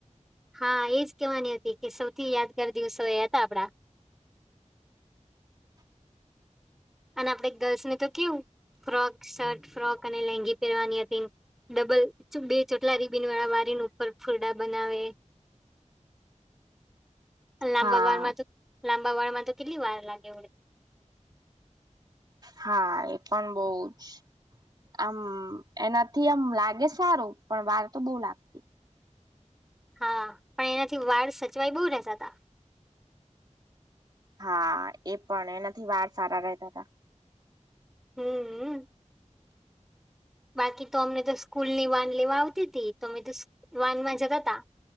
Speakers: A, in the centre; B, on the right (about 35°).
A: હા એજ કેવાની હતી કે સૌથી યાદગાર દિવસો એ હતા આપડા. અને આપડે ગર્લ્સને તો કેવું ફ્રોક શર્ટ ફ્રોક અને લેગી પહેરવાની હતી. ડબલ બે ચોટલા રીબીન વાળા વારી ને ઉપર ફુલડા બનાવે. લાંબા
B: હા
A: વાર માં લાંબા વાળ માં તો કેટલી વાર લાગે વડી.
B: હા એ પણ બોજ આમ એનાથી આમ લાગે સારું પણ વાર તો બો લાગે
A: હા પણ એનાથી વાળ સચવાય બહુ રહેતા તા.
B: હા એ પણ એનાથી વાર સારા રહેતા હતા.
A: હમ્મ બાકી તો અમને તો સ્કૂલની વાન લેવા આવતી હતી તો અમે તો વાન માં જતા તા.